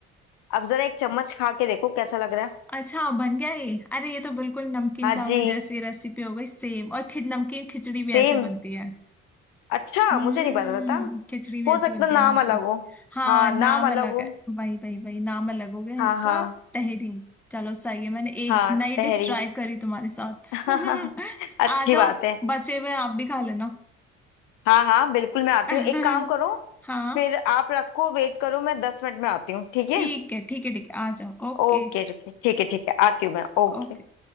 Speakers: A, on the left; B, in the centre.
A: अब जरा एक चम्मच खा के देखो कैसा लग रहा है
B: अच्छा बन गया ये अरे ये तो बिल्कुल नमकीन
A: हाँ
B: चावल
A: जी
B: जैसी रेसिपी हो गई सेम और खि नमकीन खिचड़ी भी ऐसे
A: सेम
B: बनती है
A: अच्छा
B: हम्म
A: मुझे नहीं पता था
B: खिचड़ी भी
A: हो
B: ऐसे
A: सकता
B: बनती
A: नाम
B: है नमकीन
A: अलग हो
B: हाँ
A: हाँ
B: नाम
A: नाम अलग
B: अलग
A: हो
B: है वही वही वही नाम अलग हो गया
A: हाँ
B: इसका
A: हाँ
B: तहरी चलो सही है मैंने एक
A: हाँ
B: नई
A: तहरी
B: डिश ट्राई करी तुम्हारे साथ
A: <laughs>
B: <laughs>
A: अच्छी
B: आ जाओ
A: बात है
B: बचे हुए आप भी खा लेना
A: हाँ हाँ बिल्कुल मैं आती
B: <laughs>
A: हूँ एक काम करो
B: हाँ
A: फिर आप रखो वेट करो मैं दस मिनट में आती हूँ ठीक है
B: ठीक है ठीक है ठीक है आ जाओ Okay
A: ओके ओके ठीक है ठीक है आती हूँ मैं ओके
B: okay